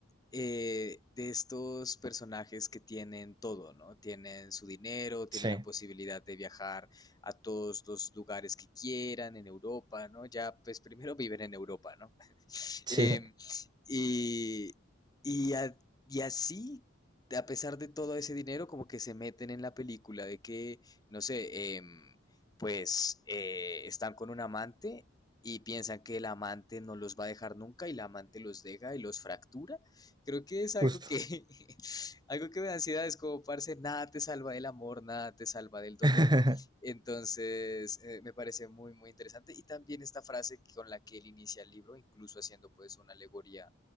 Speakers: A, on the left; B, on the right.
A: eh, de estos personajes que tienen todo, ¿no? Tienen su dinero, tienen
B: Sí,
A: la posibilidad de viajar a todos los lugares que quieran en Europa, ¿no? Ya, pues primero viven en Europa, ¿no?
B: sí,
A: Eh, y, y, a- y así, a pesar de todo ese dinero, como que se meten en la película de que, no sé, em, pues eh, están con un amante y piensan que el amante no los va a dejar nunca y el amante los deja y los fractura. Creo que es algo
B: justo.
A: que, <laughs> algo que me da ansiedad, es como, parce, nada te salva del amor, nada te salva del dolor.
B: <laughs>
A: Entonces, eh, me parece muy, muy interesante. Y también esta frase con la que él inicia el libro, incluso haciendo pues una alegoría.